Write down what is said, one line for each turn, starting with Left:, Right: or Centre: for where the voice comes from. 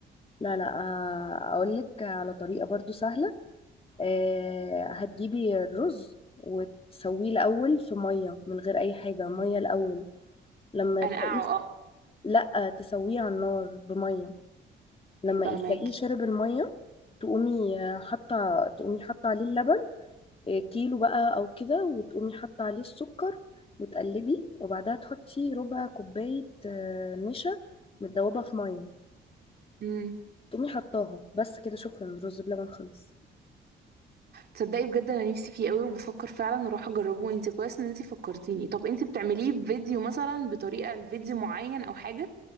Left: لا لا آه، أقولك على طريقة برضو سهلة آه، هتجيبي الرز وتسويه الأول في مية من غير أي حاجة مية الأول لما
Right: انا
Left: تلاقيه
Right: اه اه
Left: لأ تسويه على النار بمية لما
Right: فهماكي
Left: تلاقيه شرب المية تقومي آه، حاطة تقومي حاطة عليه اللبن آه، كيلو بقى أو كده وتقومي حاطة عليه السكر وتقلبي وبعدها تحطي ربع كوباية آه، نشا متدوبة في مية
Right: امم
Left: تقومي حطاها بس كده شكرا الرز بلبن خلص
Right: تصدقي بجد انا نفسي فيه قوي وبفكر فعلا اروح اجربه انت كويس ان انت فكرتيني طب انت بتعمليه بفيديو مثلا بطريقه لفيديو معين او حاجه